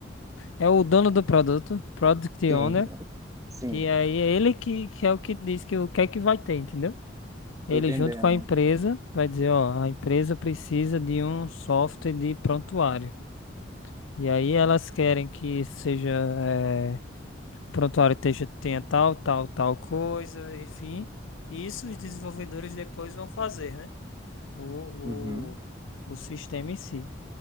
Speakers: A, on the left (about 80°); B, on the right (about 15°).
A: É o dono do produto, Product
B: Sim,
A: Owner,
B: Sim,
A: que aí é ele que, que é o que diz que o que é que vai ter, entendeu? Ele
B: tô entendendo.
A: junto com a empresa vai dizer, ó, a empresa precisa de um software de prontuário. E aí elas querem que seja, eh, o prontuário esteja, tenha tal, tal, tal coisa, enfim. E isso os desenvolvedores depois vão fazer, né? O,
B: Uhum.
A: o, o sistema em si.